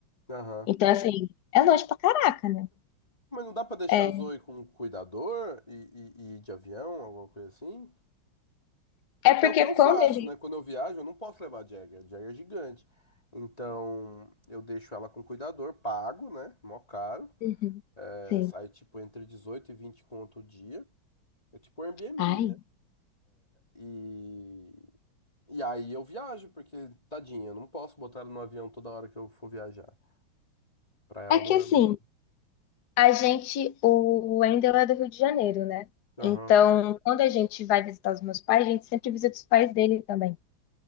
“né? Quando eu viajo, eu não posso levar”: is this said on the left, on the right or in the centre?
Left